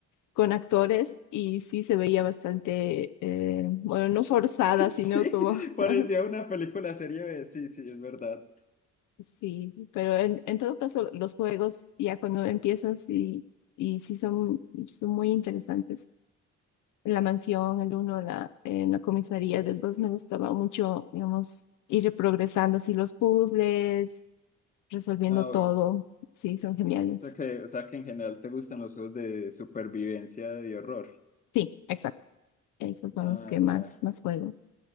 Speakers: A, on the left; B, on the left.
A: con actores y sí se veía bastante, eh, bueno, no forzada,
B: <laughs>
A: sino
B: Sí,
A: como...
B: parecía
A: <laughs>
B: una película serie B, sí, sí, es verdad.
A: Sí, pero en, en todo caso los juegos ya cuando empiezas y, y sí son, son muy interesantes. en la mansión, el uno en la, en la comisaría del dos me gustaba mucho, digamos, ir progresando así los puzzles, resolviendo
B: Ah,
A: todo.
B: bueno.
A: Sí, son geniales.
B: sea que, o sea que en general te gustan los juegos de supervivencia y horror.
A: Sí, exacto. Esos son
B: Ah,
A: los que más,
B: ya.
A: más juego.